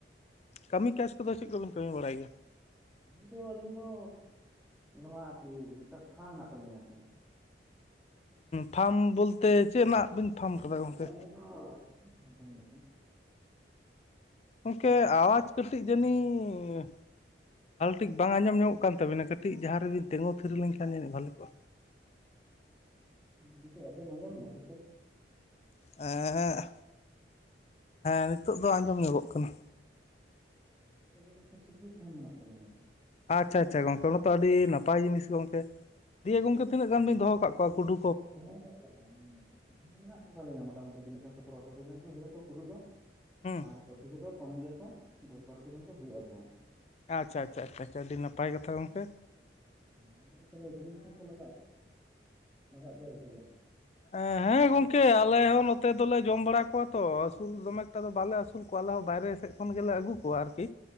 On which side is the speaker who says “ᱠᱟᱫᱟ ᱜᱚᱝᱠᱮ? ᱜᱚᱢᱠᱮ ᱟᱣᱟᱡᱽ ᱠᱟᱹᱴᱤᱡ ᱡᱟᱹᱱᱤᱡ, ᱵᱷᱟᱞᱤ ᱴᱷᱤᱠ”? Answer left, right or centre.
Left